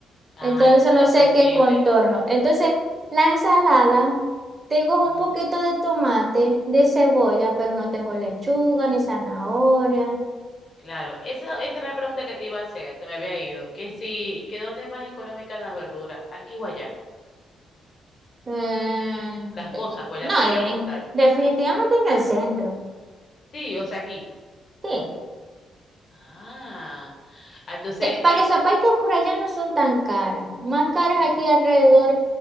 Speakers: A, on the left; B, on the right.
A: Ay,
B: Entonces
A: ¿cómo
B: no
A: es
B: sé
A: posible?
B: qué contorno. Entonces, la ensalada, tengo
A: Ujú,
B: un poquito de tomate, de cebolla, pero no tengo lechuga ni zanahoria.
A: Claro, esa, esa era la pregunta que te iba a hacer, se me había ido. Que si, que dónde es más económicas las verduras, aquí o allá,
B: Eh,
A: las cosas, pues
B: no,
A: la comida
B: en-
A: como tal.
B: definitivamente en el centro.
A: Sí, o sea, aquí.
B: Sí.
A: Ah, ah, entonces,
B: para
A: hay,
B: que sepáis que por allá no son tan caras, más caras
A: ujú,
B: aquí alrededor